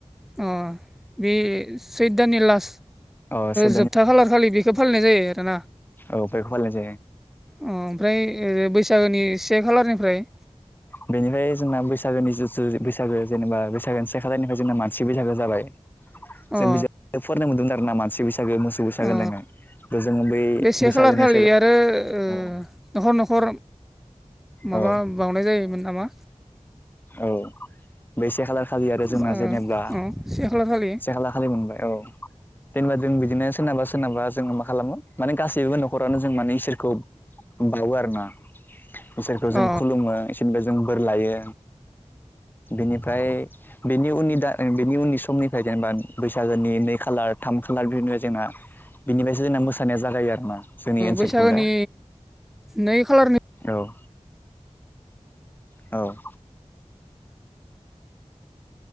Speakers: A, in the centre; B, on the left.
A: अ बे सैदानि लास
B: औ अ से
A: जोबथा खालार खालि बेखौ फालिनाय जायो आरोोना
B: औफायखौबााय ज
A: अ ओमफ्राय बैसागोनि से खालारनिफ्राय
B: बेनिफ्राय जोंना बैसागोनि जिुथु बैसागो जेनेबा बैसागोनि से खााजारनिफ्राय जोंना मानसि बैसागो जाबाय जों
A: अ
B: बिजाब फरायनाय मोनदोंमोन आरो ना मानसि बैसागो मोस बैसागोन
A: अ
B: <unintelligible> जों बै
A: बे से
B: बैसागोनि
A: खालार खालि
B: <unintelligible>
A: आरो ओ न'खर न'खर माबा
B: औ
A: बावनाय जायोमोन नामा
B: औ बे से खालार खालि आरो जोंना
A: ओ
B: जेनेबा
A: अ से खालार खालि
B: से खाला खालि मोनबाय औ जेनेबा जों बिदिनो सोरनाबा सोरनाबा जों माखा खालामो माने गासैबो न'खरावानो जों माने इसोरखौ बावो आरो ना इसोरखौ जों
A: अ
B: खुलुमो इसोरनिफ्राय जों बोर लायो बेनिफ्राय बेनि उननि दा बेनि उननि समनिफ्राय जेनेबा बैसागोनि नै खालार थाम खालार बिबाय जोंना बिनिफ्रायसो जोंना मोसानाया जागायो आरो ना जोंनि ओनसोलथिंजाय
A: बैसागोनि नै खालारनि
B: औ औ